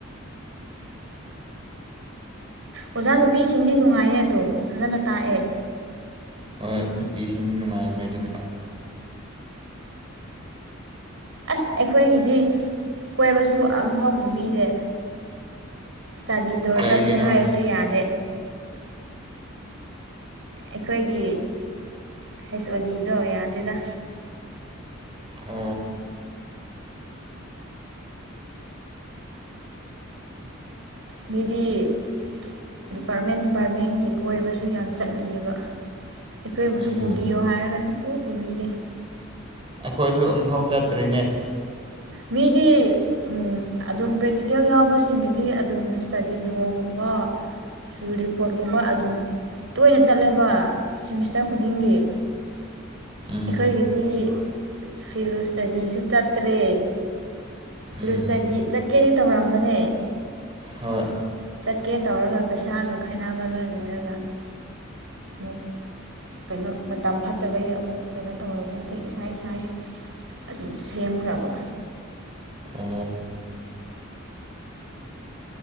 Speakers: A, on the right; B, on the right.
A: ꯑꯣꯖꯥ ꯅꯨꯄꯤꯁꯤꯡꯗꯤ ꯅꯨꯡꯉꯥꯏꯌꯦ ꯑꯗꯨꯝ ꯐꯖꯅ ꯇꯥꯛꯑꯦ
B: ꯍꯣꯏ ꯅꯨꯄꯤꯁꯤꯡꯗꯤ ꯅꯨꯡꯉꯥꯏꯕꯅꯦ ꯑꯗꯨꯝ
A: ꯑꯁ ꯑꯩꯈꯣꯏꯒꯤꯗꯤ ꯀꯣꯏꯕꯁꯨ ꯑꯝꯐꯥꯎ ꯄꯨꯕꯤꯗꯦ ꯏꯁꯇꯗꯤ ꯇꯣꯔ
B: ꯀꯩꯒꯤꯅꯣ
A: ꯆꯠꯁꯦ ꯍꯥꯏꯔꯁꯨ ꯌꯥꯗꯦ ꯑꯩꯈꯣꯏꯒꯤ ꯍꯩꯁ ꯑꯣ ꯗꯤꯗꯣ ꯌꯥꯗꯦꯗ
B: ꯑ
A: ꯃꯤꯗꯤ ꯗꯤꯄꯥꯔꯠꯃꯦꯟ ꯗꯤꯄꯥꯔꯠꯃꯦꯟꯒꯤ ꯀꯣꯏꯕꯁꯨ ꯌꯥꯝ ꯆꯠꯂꯤꯑꯕ ꯑꯩꯈꯣꯏꯕꯨꯁꯨ
B: ꯎꯝ
A: ꯄꯨꯕꯤꯌꯣ ꯍꯥꯏꯔꯒꯁꯨ ꯀ ꯄꯨꯕꯤꯗꯦ
B: ꯑꯩꯈꯣꯏꯁꯨ ꯑꯃꯝꯐꯥꯎ ꯆꯠꯇ꯭ꯔꯤꯅꯦ
A: ꯃꯤꯗꯤ ꯎꯝ ꯑꯗꯨꯝ ꯄ꯭ꯔꯦꯛꯇꯤꯀꯦꯜ ꯌꯥꯎꯕꯁꯤꯡꯒꯤꯗꯤ ꯑꯗꯨꯝ ꯏꯁꯇꯗꯤ ꯇꯣꯔꯒꯨꯝꯕ ꯨ ꯔꯤꯄꯣꯔꯠꯀꯨꯝꯕ ꯑꯗꯨꯝ ꯇꯣꯏꯅ ꯆꯠꯂꯦꯕ ꯁꯤꯃꯤꯁꯇꯔ ꯈꯨꯗꯤꯡꯒꯤ
B: ꯎꯝ
A: ꯑꯩꯈꯣꯏꯒꯤꯗꯤ ꯐꯤꯜ ꯏꯁꯇꯗꯤꯁꯨ ꯆꯠꯇ꯭ꯔꯦ ꯐꯤꯔꯣꯁꯇꯗꯤ
B: ꯎꯝ
A: ꯆꯠꯀꯦꯗꯤ ꯇꯧꯔꯝꯕꯅꯦ
B: ꯍꯣꯏ
A: ꯆꯠꯀꯦ ꯇꯧꯔꯒ ꯄꯩꯁꯥꯒ ꯈꯥꯏꯅꯕ ꯂꯣꯏ ꯂꯣꯏꯔꯒ ꯃꯨꯛ ꯀꯩꯅꯣ ꯃꯇꯝ ꯐꯠꯇꯕꯒꯤ ꯑꯃꯨꯛ ꯀꯩꯅꯣ ꯇꯧꯔꯒ ꯑꯗꯩ ꯏꯁꯥ ꯏꯁꯥꯒꯤ ꯑꯗꯨ ꯁꯦꯝꯈ꯭ꯔꯕ
B: ꯑ